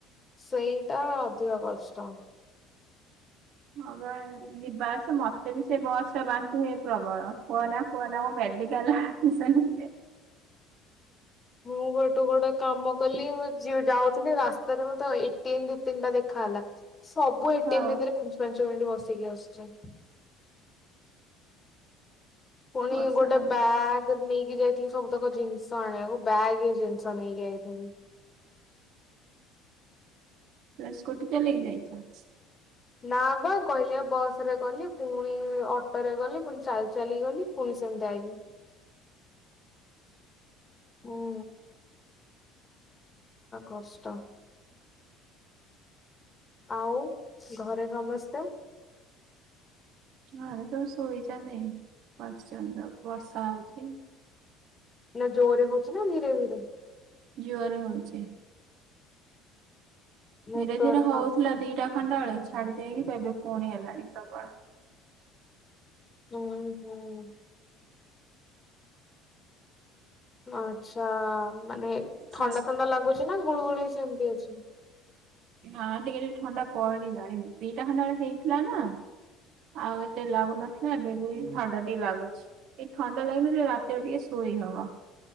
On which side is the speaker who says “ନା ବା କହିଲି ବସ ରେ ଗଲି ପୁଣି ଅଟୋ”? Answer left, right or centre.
Left